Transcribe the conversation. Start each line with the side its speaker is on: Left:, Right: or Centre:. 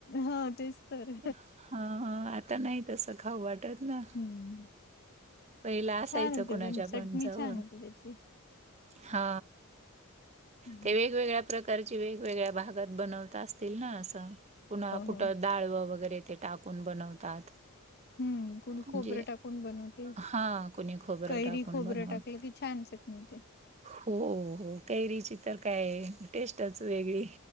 Left: हो तेच तर
Right: हा, हा आता नाहीत असल. खाऊ वाटत ना
Left: हम्म
Right: पहिलं असायचं
Left: छान होते
Right: कुणाच्या
Left: पण चटणी
Right: जवळ.
Left: छान होते त्याची
Right: हा
Left: हो
Right: ते वेगवेगळ्या प्रकारची वेगवेगळ्या भागात बनवता असतील ना असं कुणा कुठं
Left: हो
Right: डाळव वगरे ते टाकून बनवतात
Left: हम्म कुणी
Right: म्हणजे
Left: खोबरं टाकून बनवते
Right: हा कोणी खोबरं
Left: कैरी
Right: टाकून
Left: खोबरं
Right: बनवत.
Left: टाकलं की छान च <inaudible>
Right: हो हो कैरीची तर काय टेस्टच वेगळी